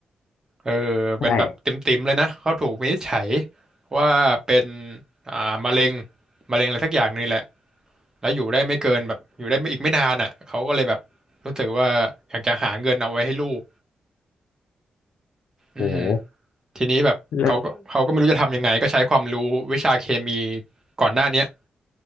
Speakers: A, on the right; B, on the left.
A: เออ
B: ใช่
A: เป็นแบบติ่มๆเลยนะ เขาถูกวินิจฉัยว่าเป็นอ่ามะเร็งมะเร็งอะไรสักอย่างนี่แหละแล้วอยู่ได้ไม่เกินแบบอยู่ได้ไม่อีกไม่นานอ่ะเขาก็เลยแบบรู้สึกว่าอยากจะหาเงินเอาไว้ให้ลูก
B: โห
A: อืมทีนี้แบบเขาก็เขาก็ไม่รู้จะทำยังไงก็ใช้ความรู้วิชาเคมี
B: เล้ว
A: ก่อนหน้าเนี้ย